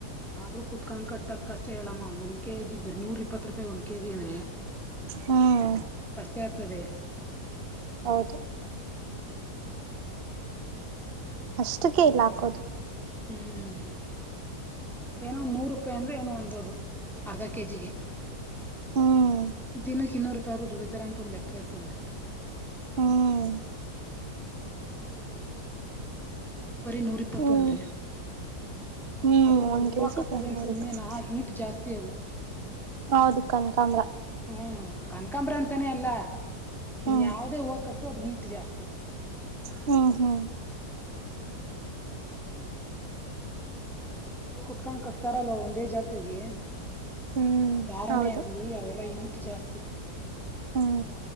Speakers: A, in the centre; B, on the right.
A: ಆದ್ರೂ ಕುತ್ಕೊಂಡ ಕಟ್ಟದ್ ಕಷ್ಟ ಹೇಳಮ್ಮ ಒಂದ್ ಕೆಜಿ ಬರೀ ನೂರ್ ಇಪ್ಪತ್ತು ರೂಪಾಯಿ ಒಂದ್ ಕೆಜಿ ಅಂದ್ರೆ.
B: ಹ್ಮ್
A: ಎಷ್ಟ್ ಕಷ್ಟ ಇರ್ತದೆ.
B: ಹೌದು ಅಷ್ಟಕ್ಕೆ ಇಲ್ಲಿ ಹಾಕೋದು
A: ಹ್ಮ್ ಏನೋ ನೂರು ರೂಪಾಯಿ ಅಂದ್ರೆ ಏನೋ ಅನ್ನಬಹುದು ಅರ್ಧ ಕೆಜಿಗೆ
B: ಹ್ಮ್
A: ದಿನಕ್ಕೆ ಇನ್ನೂರು ರೂಪಾಯಿ ಆದರು ದುಡಿತಾರ ಅಂತ ಒಂದು್ ಲೆಕ್ಕ ಇರ್ತದೆ
B: ಹ್ಮ್
A: ಬರೀ ನೂರ್ ಇಪ್ಪತ್ತು
B: ಹ್ಮ್
A: ಅಂದ್ರೆ
B: ಹ್ಮ್
A: ಅದು ಹೂವು
B: ಒಂದ್ ಕೆಜಿಗೆ
A: ಕಟ್ಟದೇನ್
B: ನೂರು
A: ಸುಮಮ್ಮನೆನಾ
B: ರೂಪಾಯಿ
A: ಹೀಟ್ ಜಾಸ್ತಿ ಅದು
B: ಹೌದು ಕಣ್ಕಾಂಬರ
A: ಹ್ಮ್ ಕನಕಾಂಬ್ರ ಅಂತಾನೇ ಅಲ್ಲ ನೀನ್
B: ಹ್ಮ್
A: ಯಾವದೇ ಹೂವು ಕಟ್ಟು ಅದ್ ಹೀಟ್ಟು ಜಾಸ್ತಿ
B: ಹ್ಮ್ ಹ್ಮ್
A: ಕುೂತ್ಕೊಂಡ ಕಟ್ತಾರಲ್ವಾ ಒಂದೇ ಜಾಗದಾಗೆ
B: ಹ್ಮ್
A: ಧಾರಣೆ
B: ಹೌದು
A: ಆಗ್ಲಿ ಅವೆಲ್ಲ ಈಟ್ ಜಾಸ್ತಿ
B: ಹ್ಮ